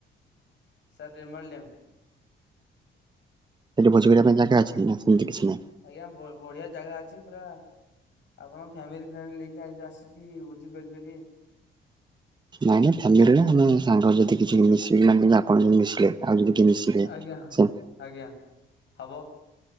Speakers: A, on the left (about 65°); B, on the right (about 20°).
A: Sir Remal dam.
B: ସେଠି ଭୋଜି କରିବା ପାଇଁ ଯାଗା ଅଛି ନା ସେମିତି କିଛି ନାହିଁ।
A: ଆଜ୍ଞା ବ-ବଢିଆ ଜାଗା ଅଛି ପୁରା। ଆପଣ ଫ୍ୟାମିଲି ଫ୍ୟାମିଲି ନେଇକି ଆ-ଆସିକି ଭୋଜି କରିପାରିବେ।
B: ନାଇଁ ନାଇଁ ଫ୍ୟାମିଲିରେ ନୁହେଁ ଆମେ ସାଙ୍ଗ ଯଦି କିଛି ମିସି <unintelligible> ଆପଣ ଯଦି ମିଶିଲେ। ଆଉ ଯଦି କିଏ ମିଶିଲେ
A: ଆଜ୍ଞା
B: ସେ
A: ଆଜ୍ଞା ହବ।